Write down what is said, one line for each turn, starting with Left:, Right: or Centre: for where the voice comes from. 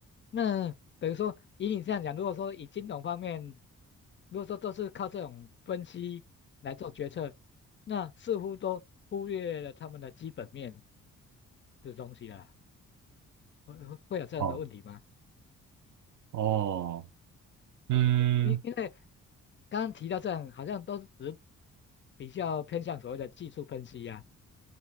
Left: 那等于说以你这样讲，如果说以金融方面，如果说都是靠这种分析来做决策，那似乎都忽略了他们的基本面的东西了，会会会有这样的问题吗？
Right: 哦哦，嗯，
Left: 因因为刚刚提到这样，好像都是只比较偏向所谓的技术分析呀、